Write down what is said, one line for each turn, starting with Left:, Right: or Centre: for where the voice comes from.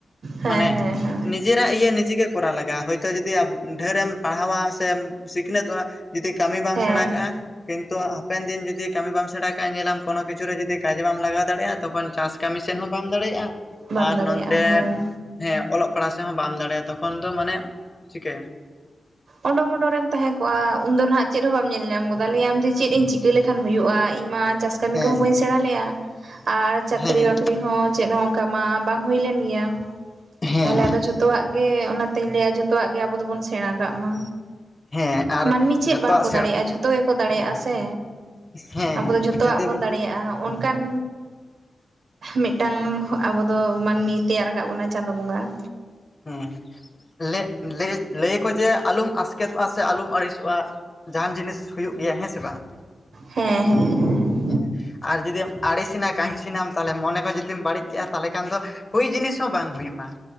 Right: ᱦᱮᱸ
Left: ᱢᱟᱱᱮ
Right: ᱦᱮᱸ ᱦᱮᱸ
Left: ᱱᱤᱡ ᱡᱮᱨᱟᱜ ᱤᱭᱟᱹ ᱱᱤᱡᱮ ᱜᱮ ᱠᱚᱨᱟᱣ ᱞᱟᱜᱟᱜᱼᱟ ᱦᱳᱭᱛᱳ ᱡᱩᱫᱤ ᱟᱵ ᱰᱷᱮᱨᱮᱢ ᱯᱟᱲᱦᱟᱣᱟ ᱥᱮᱢ ᱥᱤᱠᱷᱱᱟᱹᱛᱚᱜᱼᱟ ᱡᱩᱫᱤ ᱠᱟᱹᱢᱤ ᱵᱟᱢ
Right: ᱦᱮᱸ
Left: ᱥᱮᱬᱟᱸ ᱠᱟᱜᱼᱟ ᱠᱤᱱᱛᱩ ᱦᱟᱯᱮᱱ ᱫᱤᱱ ᱡᱩᱫᱤ ᱠᱟᱹᱢᱤ ᱵᱟᱢ ᱥᱮᱬᱟ ᱠᱟᱜᱼᱟ ᱧᱮᱞᱟᱢ ᱠᱚᱱᱳ ᱠᱤᱪᱷᱩ ᱨᱮ ᱡᱩᱫᱤ ᱠᱟᱡ ᱵᱟᱢ ᱞᱟᱜᱟᱣ ᱫᱟᱲᱮᱜᱼᱟ ᱛᱚᱠᱷᱚᱱ ᱪᱟᱥ ᱠᱟᱹᱢᱤ ᱥᱮᱱ ᱦᱚᱸ ᱵᱟᱢ ᱫᱟᱲᱮᱭᱟᱜ-ᱟ
Right: ᱵᱟᱢ
Left: ᱟᱨ
Right: ᱫᱟᱲᱮᱭᱟᱜᱼᱟ
Left: ᱱᱚᱱᱛᱮ
Right: ᱦᱳᱭ
Left: ᱦᱮᱸ ᱚᱞᱚᱜ ᱯᱟᱲᱦᱟᱣ ᱥᱮᱜ ᱦᱚᱸ ᱵᱟᱢ ᱫᱟᱲᱮᱭᱟᱜᱼᱟ ᱛᱚᱠᱷᱚᱱ ᱫᱚ ᱢᱟᱱᱮ ᱪᱤᱠᱟᱹᱭᱟᱢ?
Right: ᱚᱸᱰᱳ-ᱢᱳᱰᱳ ᱨᱮᱢ ᱛᱟᱦᱮᱸ ᱠᱚᱜᱼᱟ, ᱩᱱᱫᱚ ᱱᱟᱜ ᱪᱮᱫ ᱦᱚᱸ ᱵᱟᱢ ᱧᱮᱞ ᱧᱟᱢ ᱜᱚᱫᱟ ᱞᱟᱹᱭᱟᱢ ᱡᱮ ᱪᱮᱫ ᱤᱧ ᱪᱤᱠᱟᱹ ᱞᱮᱠᱷᱟᱱ ᱦᱩᱭᱩᱜᱼᱟ ᱤᱧᱢᱟ ᱪᱟᱥ ᱠᱟᱹᱢᱤ
Left: ᱦᱮᱸ
Right: ᱠᱚᱦᱚᱸ ᱵᱟᱹᱧ ᱥᱮᱬᱟᱸ ᱞᱮᱜ-ᱟ ᱟᱨ ᱪᱟᱹᱠᱨᱤ
Left: ᱦᱮᱸ
Right: ᱵᱟᱹᱠᱨᱤ ᱦᱚᱸ ᱪᱮᱫ ᱦᱚᱸ ᱚᱱᱠᱟ ᱢᱟ ᱵᱟᱝ ᱦᱩᱭᱞᱮᱱ ᱜᱮᱭᱟ᱾
Left: ᱦᱮᱸ
Right: ᱛᱟᱦᱚᱞᱮ ᱟᱫᱚ ᱡᱷᱚᱛᱚᱣᱟᱜ ᱜᱮ ᱚᱱᱟᱛᱮᱧ ᱞᱟᱹᱭᱟ ᱡᱷᱚᱛᱚᱣᱟᱜ ᱜᱮ ᱟᱵᱚ ᱫᱚᱵᱚᱱ ᱥᱮᱬᱟᱸ ᱠᱟᱜ ᱢᱟ᱾
Left: ᱦᱮᱸ ᱟᱨ
Right: ᱢᱟᱹᱱᱢᱤ ᱪᱮᱫ
Left: ᱡᱚᱛᱚᱣᱟᱜ
Right: ᱵᱟᱝᱠᱚ
Left: ᱥᱮᱬ
Right: ᱫᱟᱲᱮᱭᱟᱜᱼᱟ ᱡᱷᱚᱛᱚ ᱜᱮᱠᱚ ᱫᱟᱲᱮᱭᱟᱜᱼᱟ ᱥᱮ᱾
Left: ᱦᱮᱸ
Right: ᱟᱵᱚ ᱫᱚ ᱡᱷᱚᱛᱚᱣᱟᱜ
Left: ᱡᱩᱫᱤ
Right: ᱵᱚᱱ ᱫᱟᱲᱮᱭᱟᱜᱼᱟ ᱦᱚᱸᱜ᱾ ᱚᱱᱠᱟᱱ ᱢᱤᱫᱴᱟᱝ ᱟᱵᱚ ᱫᱚ ᱢᱟᱹᱱᱢᱤ ᱛᱮᱭᱟᱨ ᱟᱠᱟᱫ ᱵᱚᱱᱟ᱾ ᱪᱟᱸᱫᱚ ᱵᱚᱸᱝᱜᱟ᱾
Left: ᱦᱮᱸ ᱞᱮ-ᱞᱮ-ᱞᱟᱹᱭᱟᱠᱚ ᱡᱮ ᱟᱞᱚᱢ ᱟᱥᱠᱮᱛᱚᱜᱼᱟ ᱥᱮ ᱟᱞᱚᱢ ᱟᱹᱲᱤᱥᱚᱜᱼᱟ᱾ ᱡᱟᱦᱟᱱ ᱡᱤᱱᱤᱥ ᱦᱩᱭᱩᱜ ᱜᱮᱭᱟ ᱦᱮᱸ ᱥᱮ ᱵᱟᱝ᱾
Right: ᱦᱮᱸ ᱦᱮᱸ ᱦᱮᱸ᱾
Left: ᱦᱮᱸ ᱟᱨ ᱡᱩᱫᱤᱢ ᱟᱲᱤᱥᱤᱱᱟ ᱠᱟᱹᱦᱤᱥᱤᱱᱟᱢ ᱛᱟᱦᱚᱞᱮ ᱢᱚᱱᱮ ᱠᱚ ᱡᱩᱫᱤᱢ ᱵᱟᱹᱲᱤᱡ ᱠᱮᱜᱼᱟ ᱛᱟᱦᱚᱞᱮ ᱠᱷᱟᱱ ᱫᱚ ᱦᱩᱭ ᱡᱤᱱᱤᱥ ᱦᱚᱸ ᱵᱟᱝ ᱦᱩᱭᱩᱜᱼᱟ᱾